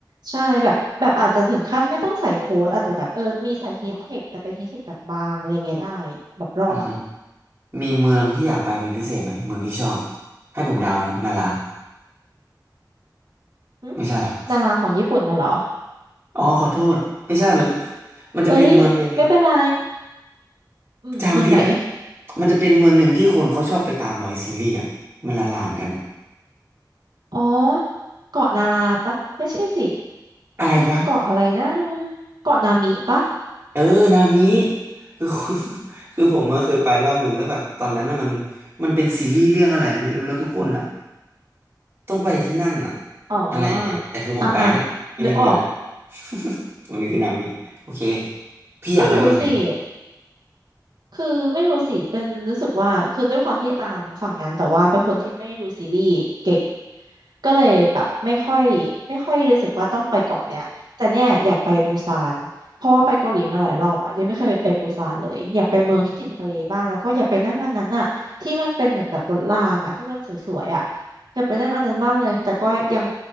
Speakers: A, on the right; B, on the right.
A: ใช่แบบแบบอาจจะถึงขั้นไม่ต้องใส่โค้ทอาจจะแบบเออมีใส่ฮีทเทคแต่เป็นฮีทเทคแบบบางอะไรเงี้ยได้แบบรอด
B: อืม มีเมืองที่อยากไปเป็นพิเศษไหมเมืองที่ชอบให้ผมเดานะนารา
A: หึ
B: ไม่ใช่เหรอ
A: ดาราของญี่ปุ่นน่ะเหรอ
B: อ๋อขอโทษไม่ใช่มันมันจะเป็นเมืองหนึ่ง
A: เอ้ยไม่เป็นไรอืมเมืองไหน
B: จำผิดอ่ะมันจะเป็นเมืองหนึ่งที่คนเขาชอบไปตามรอยซีรีส์อ่ะมันละลานกันอ่ะ
A: อ๋อเกาะนาราปะไม่ใช่สิ
B: อะไรวะ
A: มันคือเกาะอะไรนะเกาะนามิปะ
B: เออนามิคือ <laughs> คือผมเมื่อเคยไปรอบหนึ่งแล้วแบบตอนนั้นน่ะมันมันเป็นซีรีส์เรื่องอะไรไม่รู้แล้วทุกคนอ่ะต้องไปที่นั่นอ่ะ
A: อ๋ออ่าอ่า
B: อะไรอย่างเงี้ยแต่คือผมไปก็ไม่ได้มีอะไร
A: นึกออก
B: <laughs> วันนี้คือนามิโอเคพี่อยากไปเมืองไหน
A: ไม่รู้สิคือไม่รู้สิเป็นรู้สึกว่าคือด้วยความที่ตามฝั่งนั้นแต่ว่าเป็นคนที่ไม่ดูซีรีส์เก่งก็เลยแบบไม่ค่อยไม่ค่อยรู้สึกว่าต้องไปเกาะเนี่ยแต่เนี่ยอยากไปปูซานเพราะว่าไปเกาหลีมาหลายรอบอะยังไม่เคยไปไปปูซานเลยอยากไปเมืองที่ติดทะเลบ้างแล้วก็อยากไปนั่งอันนั้นอะที่มันเป็นเหมือนแบบรถรางอะที่มันสวยๆอะอยากไปนั่งอันนั้นมากเลยแต่ก็ยัง